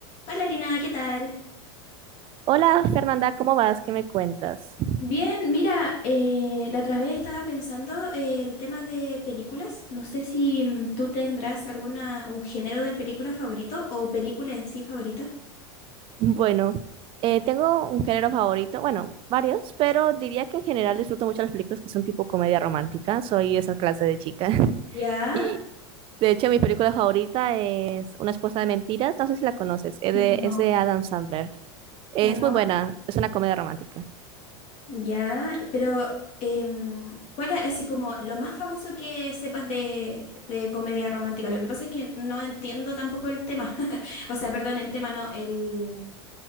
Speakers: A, on the left; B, on the right.
A: Hola Lina, ¿qué tal?
B: Hola Fernanda, ¿cómo vas? ¿Qué me cuentas?
A: Bien, mira, eh, la otra vez estaba pensando eh, el tema de películas. No sé si mm, tú tendrás alguna, un género de película favorito o película en sí favorita.
B: Bueno, eh, tengo un género favorito, bueno, varios, pero diría que en general disfruto mucho las películas que son tipo comedia romántica. Soy esa clase de chica. <laughs>
A: Ya,
B: Y de hecho, mi película favorita es Una esposa de mentiras. No sé si la conoces, es
A: no,
B: de, es de Adam Sandler. Es
A: no,
B: muy buena, es una comedia romántica.
A: ya, pero em, ¿cuál es así como lo más famoso que sepas de, de comedia romántica? Lo que pasa es que no entiendo tampoco el tema. <laughs> O sea, perdón, el tema no, el,